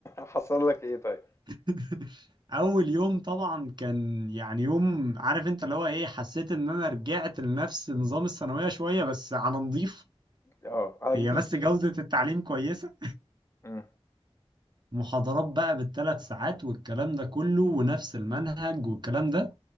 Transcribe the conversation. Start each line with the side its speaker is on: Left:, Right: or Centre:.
Left: حصل لك ايه طيب
Right: <laughs> أول يوم طبعا كان يعني يوم عارف أنت اللي هو إيه حسيت إن أنا رجعت لنفس نظام الثانوية شوية بس على نضيف
Left: اه على
Right: هي
Left: كبير
Right: بس جودة التعليم كويسة
Left: امم
Right: محاضرات بقى بالثلاث ساعات والكلام ده كله ونفس المنهج والكلام ده